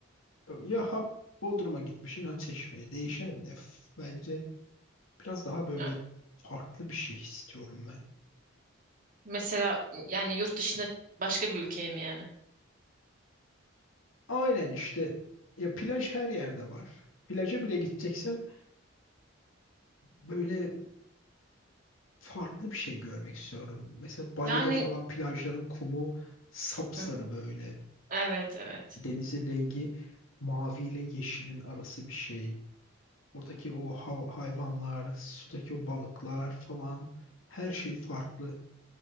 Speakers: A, on the left; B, on the right.
A: Ya ha Bodrum'a gitmişsin ha Çeşme'ye değişen ne? F- Bence biraz daha böyle
B: Yani
A: farklı bir şey istiyorum
B: mesela yani yurt dışına başka bir ülkeye mi yani?
A: Aynen işte ya plaj her yerde var. Plaja bile gideceksem böyle farklı bir şey görmek istiyorum. Mesela Bali'de
B: Yani
A: falan plajların kumu sapsarı
B: hı hı,
A: böyle.
B: evet evet.
A: Denizin rengi mavi ile yeşilin arası bir şey. Oradaki o ha- hayvanlar, sudaki o balıklar falan her şey farklı.